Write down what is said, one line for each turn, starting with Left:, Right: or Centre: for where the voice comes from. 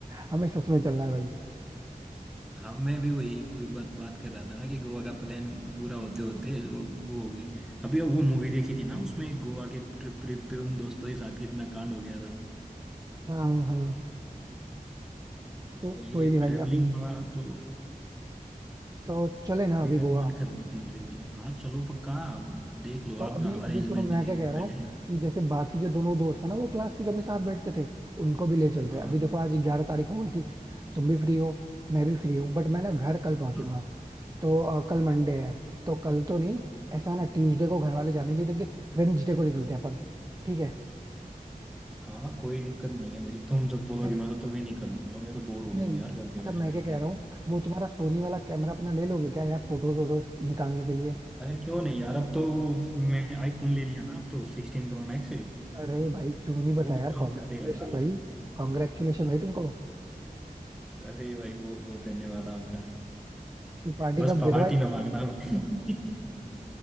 Right: हमें सच में चलना है भाई
Centre: हाँ मैं भी वही वही बात बात कर रहा था ना कि गोवा का प्लान पूरा होते होते वो वो हो गई अभी वो मूवी देखी थी ना उसमें एक गोवा के ट्रिप ट्रिप पे उन दोस्तों के साथ कितना कांड हो गया था
Right: हाँ हाँ हाँ। तो
Centre: ये
Right: कोई नहीं भाई
Centre: ट्रेवलिंग
Right: अभी
Centre: बड़ा तो
Right: तो चले ना अभी
Centre: मेरा भी
Right: गोवा
Centre: मन कर रहा है कहीं ट्रेवलिंग हाँ चलो पक्का देख लो
Right: तो
Centre: आप
Right: अभी
Centre: जहाँ
Right: अभी
Centre: अरेंजमेंट
Right: सुनो मैं
Centre: देख
Right: क्या कह
Centre: लो
Right: रहा
Centre: पहले
Right: हूँ कि जैसे बाकी जो दोनों दोस्त है ना वो क्लास के जो अपने साथ बैठते थे उनको भी ले चलते
Centre: हाँ
Right: हैं अभी देखो आज ग्यारह तारीख हो गई ठीक है तुम भी फ्री हो मैं भी फ्री हूँ बट मैं ना घर कल पहुंचूंगा
Centre: हाँ
Right: तो अ, कल मंडे है तो कल तो नहीं ऐसा ना ट्यूसडे को घर वाले जाने नहीं देंगे वेडनेसडे को निकलते हैं अपन ठीक है
Centre: हाँ कोई दिक्कत नहीं है भाई तुम जब बोलोगे
Right: यार
Centre: मैं तो तभी निकल लूंगा मैं तो बोर हो
Right: नहीं
Centre: गया हूँ यार घर पे
Right: अच्छा
Centre: बैठ
Right: मैं
Centre: बैठ
Right: क्या कह
Centre: के
Right: रहा हूँ वो तुम्हारा सोनी वाला कैमरा अपना ले लोगे क्या यार फोटोज वोटोज निकालने के लिए
Centre: अरे क्यों नहीं यार अब तो मैं आईफोन ले लिया ना अब तो सिक्सटीन प्रो मैक्स है
Right: अरे भाई क्यों नहीं बताया
Centre: वो भी
Right: यार
Centre: काम
Right: कॉन्ग्रेचुलेशन
Centre: कर देगा यार अब
Right: भाई
Centre: तो।
Right: कॉन्ग्रेचुलेशन भाई तुमको
Centre: अरे भाई बहुत बहुत धन्यवाद आपका
Right: तुम पार्टी
Centre: बस
Right: कब
Centre: पार्टी
Right: दे रहे
Centre: ना
Right: हो भाई
Centre: मांगना <laughs>